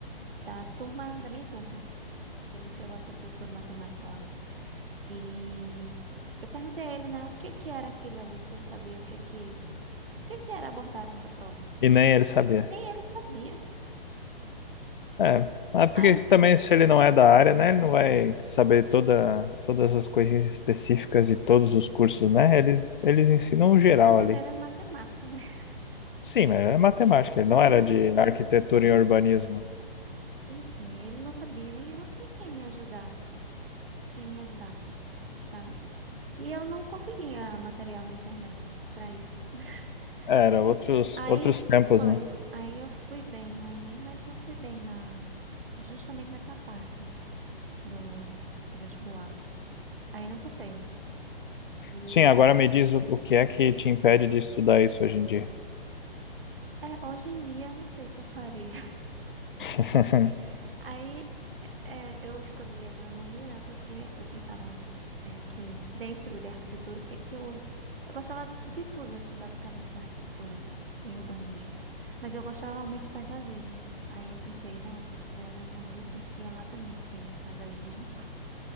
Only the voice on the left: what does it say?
E nem ele sabia.
É, ah, porque
também se ele não é da área, né? Ele não vai saber toda, todas as coisinhas específicas de todos os cursos, né? Eles, eles ensinam o geral
ali.
Sim, mas é matemática,
ele não era
de
arquitetura
e urbanismo.
Era
outros,
outros tempos,
né?
Sim, agora me diz o, o que é que te impede de estudar isso hoje em dia.
<laughs>